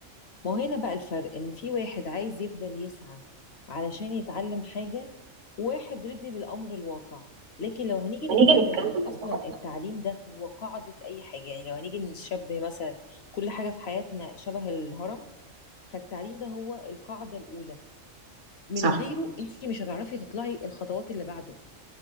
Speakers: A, on the left (about 60°); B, on the right (about 70°).
A: ما هو هنا بقى الفرق ان في واحد عايز يفضل يسعى علشان يتعلم حاجة واحد رضي بالامر الواقع لكن لو هنيجي نتكلم
B: هنيجي نتكلم
A: ان اصلا
B: عن النقط
A: التعليم ده هو قاعدة اي حاجة يعني لو هنيجي نشبه مثلا كل حاجة في حياتنا شبه الهرم فالتعليم ده هو القاعدة الاولى من
B: صح
A: غيره انت مش هتعرفي تطلعي الخطوات اللي بعده